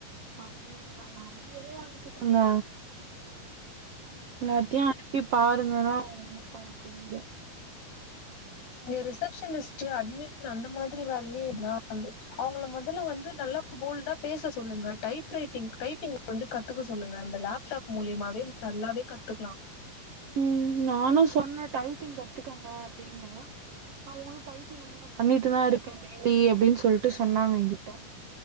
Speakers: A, on the right; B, on the left.
A: பாவோ நாங்க நெறையாவே அனுப்பிட்டங்க எல்லாத்தையு
B: இங்க
A: அனுப்பி பாருங்கனா அவுங் ஒன்னுமே பாக்கலீங்க
B: நீங்க ஒரு ரிசப்ஷனிஸ்ட்டு அட்மின் அந்த மாதிரி வேலையே எதுனா வந்து அவுங்கள மொதல்ல வந்து நல்லா போல்டா பேச சொல்லுங்க டைப் ரைட்டிங் டைப்பிங் வந்து கத்துக்க சொல்லுங்க அந்த லேப்டாப் மூலியமாவே நல்லாவே கத்துக்லா
A: ம் நானு சொன்ன டைப்பிங் கத்துக்கங்க அப்டின்னு அவுங்களு டைப்பிங் வந்து நா பண்ணிட்டு தா இருக்கே டெய்லி அப்டின் சொல்ட்டு சொன்னாங்க எங்கிட்ட